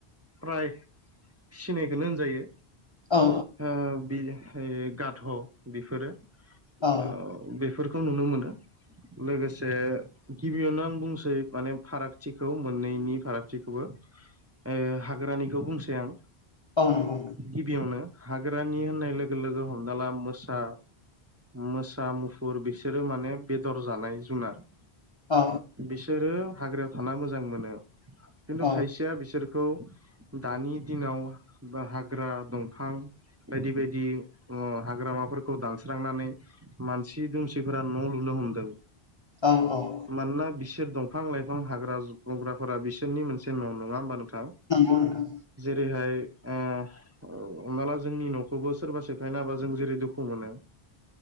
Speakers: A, on the right; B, on the left.
A: फ्राय फिसिनायखोनो होनजायो
B: औ
A: ओ बि गाद बिफोरो
B: औ
A: ओ बेफोरखौ नुनो मोनो लोगोसे गिबियावनो आं बुंसै माने फारागथिखौ मोननैनि फारागथिखौबो ओ हाग्रानिखौ बुंसै आं
B: औ औ नोंगौ
A: गिबियावनो हाग्रानि होननाय लोगो लोगो हमना ला मोसा मोसा मुफुर बिसोरो माने बेदर जानाय जुनार
B: औ
A: बिसोरो हाग्रायाव थाना मोजां मोनो खिन्थु
B: औ
A: खायसेया बिसोर खौ दानि दिनाव बा हाग्रा दंफां बायदि बायदि उम हाग्रामाफोरखौ दानस्रांनानै मानसि दुमसिफोरा न लुनो हमदों
B: औ औ
A: मानोना बिसोर दंफां लाइफां हाग्रा बंग्राफोरा बिसोरनि मोनसे न नङा होमबा नोंथां?
B: नंगौ नोंथां
A: जेरैहाय ओ हमना ला जोंनि न'खौबो सोरबा सेफायना होबा जों जेरै दुख खु मोनो